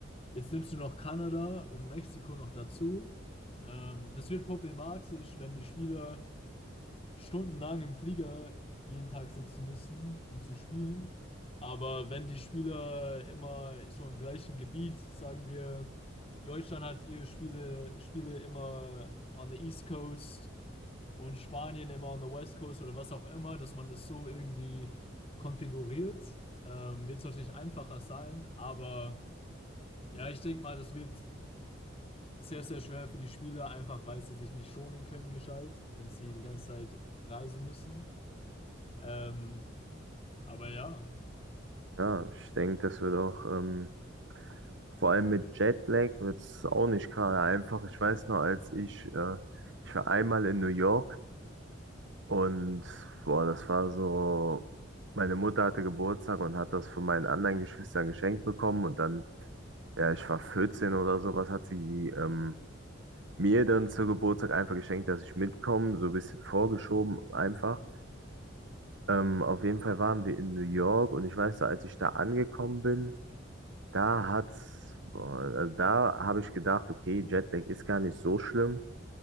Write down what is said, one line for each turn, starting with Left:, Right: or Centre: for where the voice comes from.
Left: Jetzt nimmst du noch Kanada und Mexiko noch dazu. Ähm, das wird problematisch, wenn die Spieler stundenlang im Flieger jeden Tag sitzen müssen, um zu spielen. Aber wenn die Spieler immer so im gleichen Gebiet, sagen wir, Deutschland hat ihre Spiele, Spiele immer on the East Coast und Spanien immer on the West Coast oder was auch immer, dass man das so irgendwie konfiguriert. Ähm, wird es natürlich einfacher sein, aber ja, ich denke mal, das wird sehr, sehr schwer für die Spieler, einfach weil sie sich nicht schonen können, gescheit, wenn sie die ganze Zeit reisen müssen. Ähm, aber ja,
Right: Ja, ich denke, das wird auch ähm, Vor allem mit Jetlag wird es auch nicht gerade einfach. Ich weiß noch, als ich, äh, ich war einmal in New York und boah, das war so, meine Mutter hatte Geburtstag und hat das von meinen anderen Geschwistern geschenkt bekommen und dann, ja, ich war 14 oder sowas, hat sie ähm, mir dann zu Geburtstag einfach geschenkt, dass ich mitkomme, so ein bisschen vorgeschoben einfach. Ähm, auf jeden Fall waren wir in New York und ich weiß noch, als ich da angekommen bin, Da hat's, boah, also da habe ich gedacht, okay, Jetlag ist gar nicht so schlimm.